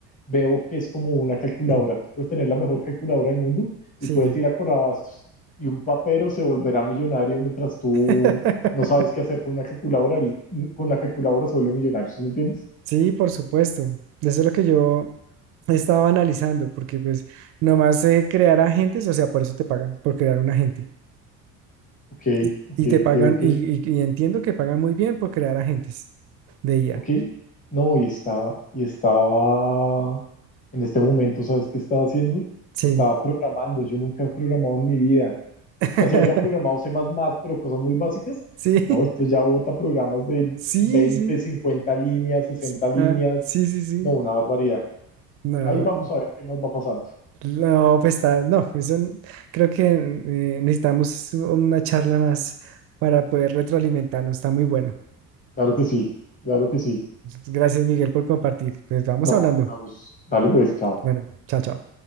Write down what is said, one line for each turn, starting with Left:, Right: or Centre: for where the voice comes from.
Left: veo que es como una calculadora.
Right: mm,
Left: Tú puedes tener la mejor calculadora del mundo
Right: Sí.
Left: y puedes ir a Corabastos y un papero se volverá millonario mientras tú
Right: <laughs>
Left: no sabes qué hacer con una calculadora. Él con la calculadora se vuelve millonario. ¿Sí me entiendes?
Right: Sí, por supuesto. Eso es lo que yo estaba analizando, porque pues nomás eh, crear agentes, o sea, por eso te pagan, por crear un agente.
Left: Ok,
Right: Y,
Left: ok,
Right: y te pagan,
Left: ok, ok.
Right: y, y- y entiendo que pagan muy bien por crear agentes de IA.
Left: Ok, no, y estaba, y estaba, en este momento, ¿sabes qué estaba haciendo?
Right: Sí.
Left: Estaba programando, yo nunca he programado en mi vida.
Right: <laughs>
Left: Así había programado C++, pero cosas muy básicas.
Right: Sí,
Left: No, esto ya bota programas de
Right: sí,
Left: 20,
Right: sí.
Left: 50 líneas, sesenta
Right: Sí,
Left: líneas.
Right: ah, sí, sí, sí.
Left: No, una barbaridad.
Right: No.
Left: Ahí vamos a ver qué más va pasando.
Right: No, pues está, no, eso n- creo que eh, necesitamos una charla más para poder retroalimentarnos, está muy bueno.
Left: Claro que sí, claro que sí.
Right: Gracias, Miguel, por compartir. Pues vamos
Left: No,
Right: hablando.
Left: hablamos. Dale pues, chao.
Right: Bueno, chao, chao.